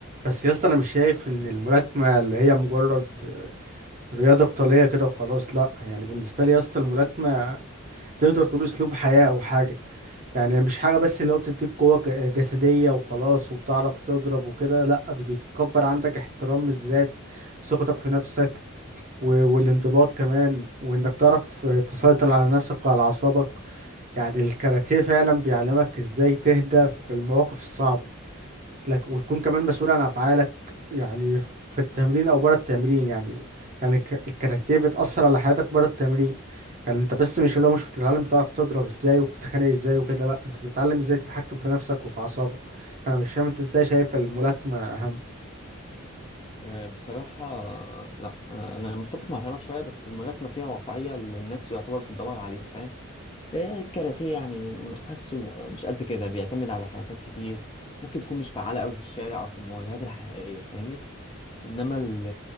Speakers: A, on the right; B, on the left.
A: بس يا اسطى انا مش شايف ان الملاكمه اللي هي مجرد رياضه قتاليه كده وخلاص لا يعني بالنسبه لي يا اسطى الملاكمه تقدر تقول اسلوب حياه او حاجه يعني هي مش حاجه بس اللي هو بتديك قوه ك- جسديه وخلاص وبتعرف تضرب وكده لا دي بيتكبر عندك احترام الذات ثقتك في نفسك و- والانضباط كمان وانك تعرف تسيطر على نفسك وعلى اعصابك يعني الكاراتيه فعلا بيعلمك ازاي تهدى في المواقف الصعبه لك وتكون كمان مسؤول عن افعالك يعني في التمرين او بره التمرين يعني يعني الك- الكاراتيه بتأثر على حياتك بره التمرين يعني انت بس مش اللي هو مش بتتعلم بتعرف تضرب ازاي وبتتخانق ازاي وكده لا انت بتتعلم ازاي تتحكم في نفسك وفي اعصابك فانا مش فاهم انت ازاي شايف الملاكمة اهم
B: آه، بصراحة لا أنا أنا متفق مع كلامك شوية بس الملاكمة فيها واقعية اللي الناس يعتبر بتدور عليها فاهم آه، الكاراتيه يعني م، حاسه مش قد كده بيعتمد على حركات كتير ممكن تكون مش فعالة أوي في الشارع أو في المواجهات الحقيقية فاهمني انما ال-